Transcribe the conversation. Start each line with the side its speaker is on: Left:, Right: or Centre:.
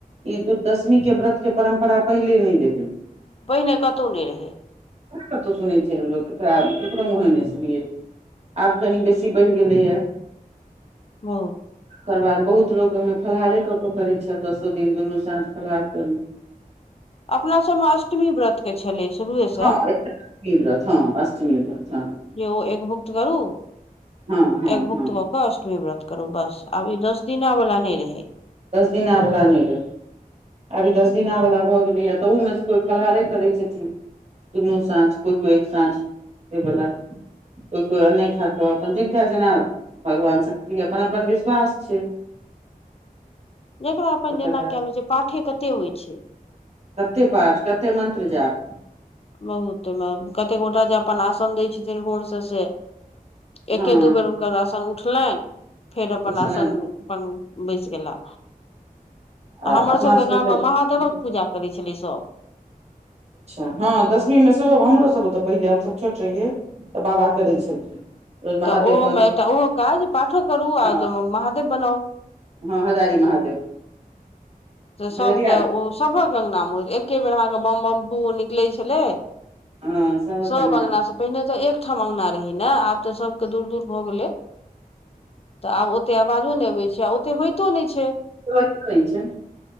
Right: ई दू दशमी के व्रत के परम्परा पहिले नहि रहै
Left: पहिने कतहु नहि रहै
Right: कतहु सुनै छै केक केकरो मुहे ने सुनियै <unintelligible> <unintelligible> आब कनि बेसी बढ़ि गेलैए
Left: बहुत
Right: ओकर बाद बहुत लोको ओहिमे फलाहारे कऽ क करैत छथि दसो दिन दुनू साँझ फलाहार करने
Left: अपना सभमे अष्टमी व्रतके छलै शुरुएसँ
Right: हँ अष्टमी व्रत हँ अष्टमी व्रत हँ
Left: जे ओ एकभुक्त करू
Right: हँ हँ
Left: एकभुक्त
Right: हँ
Left: क कऽ अष्टमी व्रत <unintelligible> करू बस आब ई दस दिनावला नहि रहै
Right: दस दिना बला नहि रहै आब दस दिनावला भऽ गेलैएा तहुमे स कोइ फलहारे करै छथिन दुनू साँझ कोइ को एक साँझ से बोला <unintelligible> <unintelligible> ओ नहि खा कऽ अपन जिनका जेना <unintelligible> <unintelligible> भगवान शक्ति अपन अपन विश्वास छै
Left: जेकरा अपन
Right: तकर
Left: जेना
Right: बाद
Left: कैल होछै पाठे कतेक होइत छै
Right: कते पाठ कते मंत्र जाप
Left: बहुतमे कतेक गोटा जे अपन आसन दैत छथिन भोरसँ से एके
Right: हँ
Left: दू बेर हुनकर आशन उठलनि फेर अपन
Right: बुझलनि
Left: आसन अपन बैस गेला
Right: आ
Left: हमर
Right: अपना
Left: सबके गाममे
Right: तऽ
Left: महादेवक पूजा करै छलै सब
Right: च्छा हँ दसमीमे सेहो हमरोसभ तऽ पहिले हमसभ छोट रहियै तऽ बाबा करै छलखिन रोज महादेव
Left: तऽ ओहोमेटा
Right: बने
Left: ओहो काज पाठो करू
Right: हँ
Left: आ महादेव बनाउ
Right: हँ, हजारी महादेव।
Left: तऽ सभके
Right: हजरिया
Left: ओ सभक अङ्गनामे एके बेर अहाँके बम-बम दू निकलै छलै।
Right: हँ सभक
Left: सभ
Right: अंगना
Left: अङ्गनासँ पहिने तऽ एकठाम अङ्गना रहै ने, आब। तऽ सभके दूर-दूर भऽ गेलै, आब ओते आवाजो नहि अबै छै, ओते होइ। कतो नहि छै।
Right: रहे काखन छै